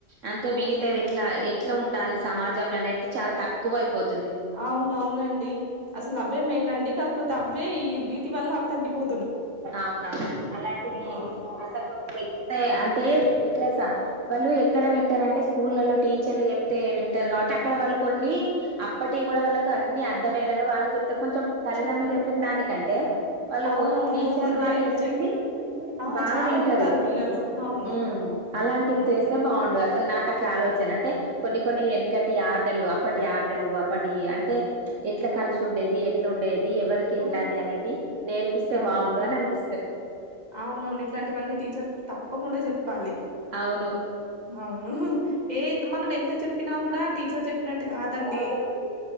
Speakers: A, on the right; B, on the right.
A: అంతే
B: అవు
A: మిగతావి ఎట్లా ఎట్ల ఉండాలి సమాజంలో అనేది చాలా తక్కువ అయిపోతు
B: అవునవునండి అసలు అవే మెయిన్ అండి కాకపోతే అవే ఈ వీటివల్ల అవి తగ్గిపో
A: అవునవును అలాంటివి
B: అవును
A: అసలు పెంచితే అంటే ఇట్లాస వాళ్ళు ఎక్కడ వింటారంటే స్కూళ్ళలో టీచర్లు చెప్తే విం టరు కాబట్టి అక్కడ
B: ఆ
A: వాళ్ళు కొన్ని అప్పటి కూడా వాళ్ళకు అన్ని అర్థమయ్యేలాగ వాళ్ళు చె ప్తే కొంచెం తల్లిదండ్రులు
B: చెప్పాలి
A: చెప్పింది దానికంటే వాళ్ళు
B: అవునవుండి
A: టీచర్లు
B: ఉపాధ్యాయులు
A: వాళ్ళు చెప్పింది
B: ఆ
A: బాగా
B: చాలా
A: వింటారు
B: పిల్లలు అవును
A: ఉమ్మ్ అలాంటివి
B: ఆ
A: చేస్తే బాగుండు అసల్ నాకు అట్లా ఆలోచన అంటే కొన్ని కొన్ని ఎనకటి ఆటలు అప్పటి ఆటలు అప్పటి అంటే ఎట్లా కలిసి
B: అవును
A: ఉండేది ఎట్లా ఉండేది ఎవరికి ఎట్లాంటి
B: ఆ
A: అనేటి నేర్పిస్తే
B: అవును
A: బాగుండు అని అనిపి
B: అవునవును ఇట్లాంటివన్నీ టీచర్ తప్పకుండా చెప్పాలి
A: అవును
B: అవును ఏత్ మనం ఎంత చెప్పినా కూడా టీచర్ చెప్పినట్టు కాదండి
A: అదండి